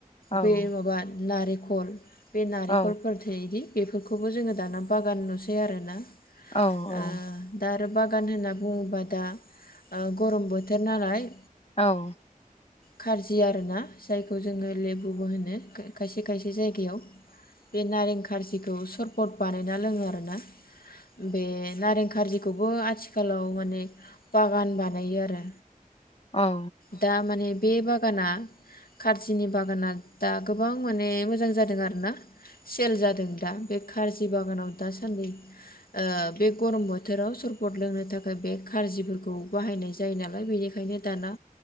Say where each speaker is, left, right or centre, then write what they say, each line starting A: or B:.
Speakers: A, on the left; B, on the left.
A: औ
B: बे माबा नारे खल। बे नारेंखलफोर
A: जोंनि
B: थायोदि फोरखौबो जोङो दाना बागानाव आरोना
A: औ औ।
B: ओ दा आरो बागान होनना बुङोबा दा ओ गरम बोथोर नालाय
A: औ।
B: कार्जि आरोना जायखौ जोङो लेबुबो होनो खायसे खायसे जायगायाव बे नारें खारजिखौ सर बट बानायना लोङो आरोना। बे नारें खारजि खौबो आथिखालाव माने बागान बानायो आरो
A: औ
B: दा माने बे बागाना खारजिनि बागाना दा गोबां माने मोजां जादों आरो ना सेल जादों दा बे खारजि बागानाव दासान्दि ओ बे गरम बोथोराव सरपद लोंनो थाखाय बे खारजिफोरखौ बाहायनाय जायो नालाय बेनिखायनो दाना